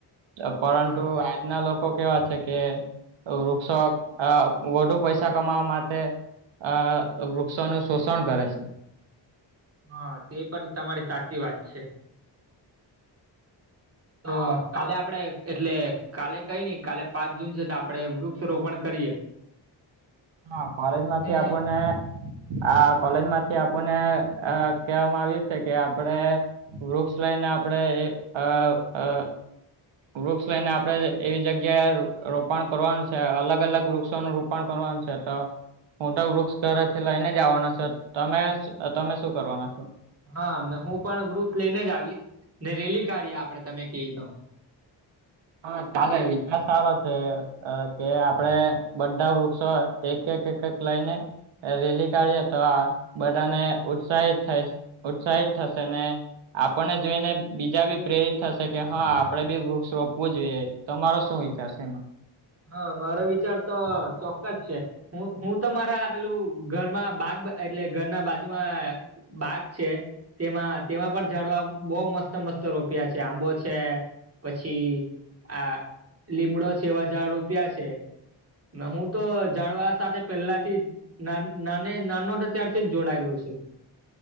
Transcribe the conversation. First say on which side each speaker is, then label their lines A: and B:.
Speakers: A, on the right (about 80°); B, on the right (about 30°).
A: તો પરંતુ
B: હા
A: આજ ના લોકો કેવા છે કે વૃક્ષો અહ વધુ પૈસા કમાવવા માટ ટે અહ વૃક્ષોનું શોષણ કરે છે.
B: હા, તે પણ તમારી સાચી વાત છે. તો કાલે આપણે એટલે કાલે કંઈ નહીં, કાલે પાંચ જૂન છે તો આપણેે વૃક્ષ રોપણ કરીએ
A: હા. કોલેજ માંથી
B: ને
A: આપણને આ કોલેજ માંથી આપણને અહ કહેવામાં આવ્યું છે કે આપણે વૃક્ષ લઈને આપણે એ અહ-અહ વૃક્ષ લઈને આપણે એવી જગ્યાએ રોપણ કરવાનું છે. અલગ-અલગ વૃક્ષોનું રોપ પણ કરવાનું છે. તો હું તો વૃક્ષ ઘરેથી લઈને જ આવવાનો છું. તમે શ તમે શું કરવાના છો?
B: હા. ને હું પણ વૃક્ષ લઈને જ આવીશ. ને રેલી કાઢીએ આપણે તમે કેઈ તો.
A: હા ચાલે. વિચાર સારો છે અહ કે આપણે બધા વૃક્ષો એક-એક-એક-એક લઈને રેલી કાઢીએ તો આ બધાને ઉત્સાહિત થાય ઉત્સાહિત થશે ને આપણને જોઈને બીજા બી પ્રેરિત થશે કે હા આપણે બી વૃક્ષો પવું જોઈએ તમારો શું વિચાર છે એમાં
B: હા મારો વિચાર તો ચોક્કસ છે. હ હું તો મારા પેલું ઘરમાં બાગ એટલે ઘરના બાજુમાં બાગ છે. તેમાં તેમાં પણ ઝાડવા બહ મસ્ત મસ્ત રોપ્યા છે આંબો છે. પછી આ લીમડો છે એવા ઝાડ રોપ્યા છે. ન હું તો ઝાડવા સાથે પેલાથી જ ના નાને નાનો ત્યારથી જ જોડાયેલો છુ.